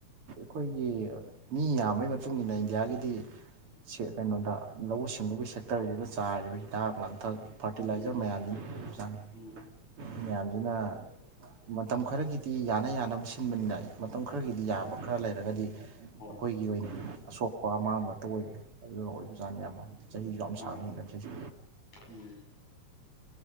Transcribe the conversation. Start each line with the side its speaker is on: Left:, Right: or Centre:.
Right: ꯑꯈꯣꯏꯒꯤ ꯃꯤ ꯌꯥꯝꯕꯩ ꯃꯇꯨꯡ ꯏꯟꯅ ꯏꯟꯗꯤꯌꯥꯒꯤꯗꯤ ꯁꯦꯛꯇꯔ ꯀꯩꯅꯣꯗ ꯂꯧꯎ ꯁꯤꯡꯎꯕꯒꯤ ꯁꯦꯛꯇꯔꯖꯤꯗ ꯆꯥꯢꯔꯤꯕ ꯍꯤꯗꯥꯛ ꯂꯥꯡꯊꯛ ꯐꯔꯥꯠꯇꯤꯂꯥꯏꯖꯔ
Left: ꯎꯝ
Right: ꯃꯌꯥꯝꯖꯤꯅ <unintelligible> ꯖꯥꯠꯅꯤ
Left: ꯎꯝ
Right: ꯃꯌꯥꯝꯖꯤꯅ ꯃꯇꯝ ꯈꯔꯥꯒꯤꯗꯤ ꯌꯥꯅ ꯌꯥꯅꯕ ꯁꯤꯟꯕꯅꯤꯅ ꯃꯇꯝ ꯈꯔꯥꯒꯤꯗꯤ
Left: ꯎꯝ
Right: ꯌꯥꯕ ꯈ꯭ꯔꯥ ꯂꯩꯔꯒꯗꯤ
Left: ꯍꯣꯏ
Right: ꯑꯥꯈꯣꯏꯒꯤ ꯑꯣꯏꯅ ꯑꯁꯣꯛꯄ ꯑꯃꯥꯡꯕ ꯉꯥꯛꯇ ꯑꯣꯏꯕ ꯑꯗꯨꯅ ꯑꯣꯏꯕ ꯖꯥꯠꯅꯤ ꯑꯌꯥꯝꯕ ꯆꯍꯤꯖꯨ ꯌꯥꯝ
Left: ꯃꯥꯅꯤ
Right: ꯁꯥꯡꯉꯤ ꯁꯤꯖꯦ
Left: ꯎꯝ